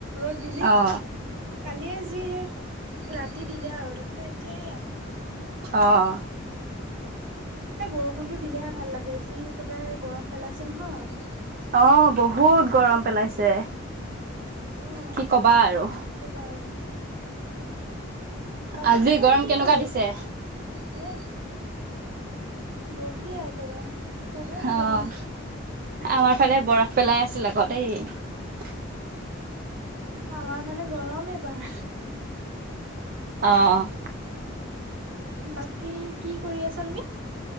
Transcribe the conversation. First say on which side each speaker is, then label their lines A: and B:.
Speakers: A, on the right; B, on the right.
A: ৰ'দ দিলেই।
B: অ'
A: কালিয়ে যি ৰাতি দিলে আৰু তাৰপিছত এতিয়া এয়া।
B: অ'।
A: এই বৰষুণতটো দিলেহে ভাল লাগে, যি একেবাৰে গৰম পেলাইছে নহয়।
B: অ', বহুত গৰম পেলাইছে।
A: অ',
B: কি ক'বা
A: পাম
B: আৰু
A: আছো বাৰু। বাকী
B: আজি
A: তুমি এনে
B: গৰম
A: কি
B: কেনেকুৱা
A: কৰি
B: দিছে।
A: আছা? এনে বহি আৰু একেবাৰে কবই নালাগে।
B: অ' আমাৰ ফালে বৰফ পেলাই আছিল আকৌ দেই।
A: আমাৰ ফালে গৰম এইবাৰ।
B: অ'।
A: বাকী, কি কৰি আছা তুমি?